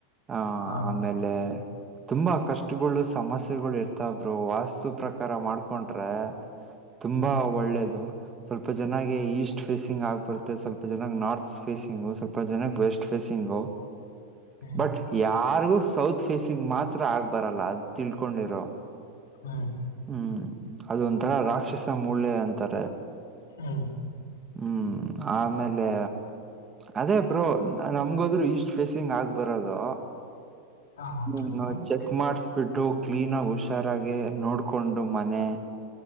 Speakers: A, on the right (about 20°); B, on the left (about 85°).
A: ಆಹಾ
B: ಹಾ
A: ಆಮೇಲೆ ತುಂಬಾ ಕಷ್ಟ ತುಗೋಳು ಸಮಸ್ಯೆಗಳು ಇರ್ತಬ್ರೋ ವಾಸ್ತು ಪ್ರಕಾರ ಮಾಡ್ಕೊಂಡ್ರೆ ತುಂಬಾ
B: ಹ್ಮ್
A: ಒಳ್ಳೇದು ಸ್ವಲ್ಪ ಜನಾಗ ಈಸ್ಟ್ ಫೇಸಿಂಗ್ ಆಗ್ ಬರುತ್ತೆ ಸ್ವಲ್ಪ ಜನಾಗ್ ನಾರ್ತ್ ಫೇಸಿಂಗ್ ಸ್ವಲ್ಪ ಜನಾಗ ವೆಸ್ಟ್ ಫೇಸಿಂಗ್
B: ಹ್ಮ್
A: ಬಟ್ ಯಾರಿಗೂ ಸೌತ್ ಫೇಸಿಂಗ್ ಮಾತ್ರ ಆಗ್ ಬರಲ್ಲ ಅದು ತಿಳ್ಕೊಂಡಿರೋ
B: ಹ್ಮ್
A: ಹ್ಮ್ ಅದ ಒಂಥರ ರಾಕ್ಷಸ ಮೂಳೆ ಅಂತಾರೆ
B: ಹ್ಮ್
A: ಹ್ಮ್ ಆಮೇಲೆ ಅದೇ ಬ್ರೋ ನಮಗೋದ್ರು ಈಸ್ಟ್ ಫೇಸಿಂಗ್ ಆಗ್ಬರೋದು
B: ಹ ಓಕೆನಾ
A: ನೀಮ್ಮ ಚೆಕ್ ಮಾಡಸ್ಬಿಟ್ಟು ಕ್ಲೀನ್ ಆಗ ಹುಷಾರಾಗೆ ನೋಡ್ ಕೊಂಡು ಮನೆ